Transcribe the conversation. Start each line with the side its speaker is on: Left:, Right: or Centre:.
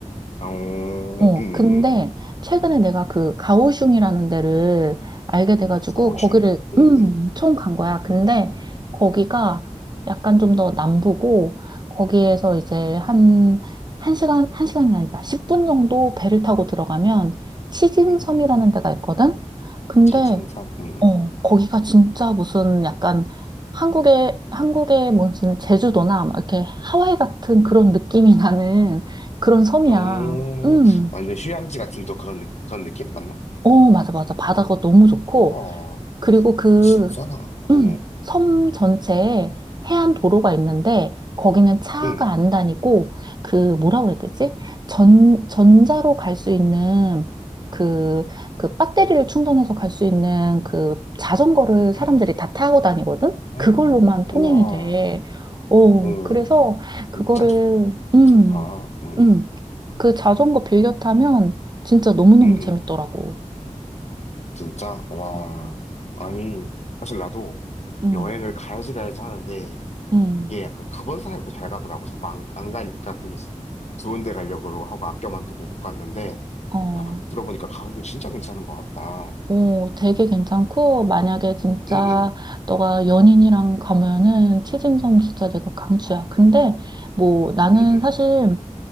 Left: 어,
Right: 어,
Left: 응,
Right: 근데
Left: 응.
Right: 최근에 내가 그 가오슝이라는 데를 알게 돼가지고,
Left: 어슝.
Right: 거기를,
Left: 응,
Right: 음,
Left: 응.
Right: 엄청 간 거야. 근데 거기가 약간 좀 더 남부고, 거기에서 이제 한, 한 시간, 한 시간이 아니다. 10분 정도 배를 타고 들어가면 치진섬이라는
Left: 음,
Right: 데가 있거든? 근데
Left: 시즌삼, 응,
Right: 어, 거기가 진짜 무슨 약간 한국의, 한국의 무슨 제주도나 막 이렇게 하와이 같은 그런 느낌이 <laughs> 나는 그런 섬이야.
Left: 응.
Right: 음.
Left: 어, 완전 휴양지 같은 또 그런, 느- 그런 느낌? 맞나?
Right: 어, 맞아, 맞아. 바다가 너무 좋고.
Left: 우와,
Right: 그리고 그
Left: 진짜?
Right: 음,
Left: 어,
Right: 섬 전체에 해안 도로가 있는데 거기는 차가
Left: 응.
Right: 안 다니고 그 뭐라고 해야 되지? 전 전자로 갈 수 있는 그 그 배터리를 충전해서 갈 수 있는 그 자전거를
Left: 아,
Right: 사람들이 다 타고 다니거든.
Left: 아,
Right: 그걸로만 통행이
Left: 우와,
Right: 돼. 어,
Left: 어,
Right: 그래서 그거를
Left: 진짜
Right: 음.
Left: 괜찮다. 응,
Right: 음. 그 자전거 빌려 타면 진짜 너무너무
Left: 응,
Right: 재밌더라고.
Left: 응. 진짜? 와.
Right: 어,
Left: 아니, 사실 나도
Right: 음.
Left: 여행을 가야지 가야지 하는데,
Right: 음.
Left: 이게 약간 가본 사람이 더 잘 가더라고. 자꾸 안, 안 가니까 괜히 좋은 데 가려고 그러고 하고 아껴만 두고 못 갔는데,
Right: 어.
Left: 와, 들어보니까 가격이 진짜 괜찮은 것 같다.
Right: 오, 되게 괜찮고, 만약에 진짜
Left: 응응,
Right: 너가 연인이랑 가면은 치진점 진짜 내가 강추야. 근데 뭐 나는
Left: 응응,
Right: 사실